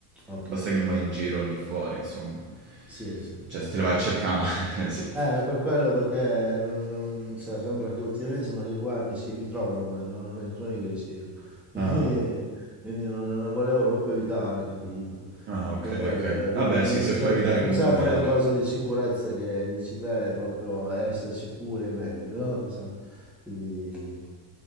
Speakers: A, in the centre; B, on the right (about 25°).
A: ok,
B: Basta
A: ok,
B: che non
A: ok.
B: vai in giro lì fuori, insomma.
A: Sì, sì.
B: Cioè, se te le vai a cercare, <laughs> sì.
A: Eh, per quello perché non- non- non- cioè, sembra che ultimamente sembra che i guai mi, si- mi trovano a me, no? non è che sono io che li cerco. Quindi,
B: Ah,
A: quindi non, non volevo proprio evitare, capito?
B: ah, ok,
A: Per quello,
B: ok.
A: eh,
B: Vabbè,
A: quindi non
B: sì, se
A: c'è
B: puoi evitare
A: non
B: comunque
A: c'è
B: meglio.
A: quella cosa di sicurezza che dici te, è proprio essere sicuri è meglio, no? Diciamo, Quindi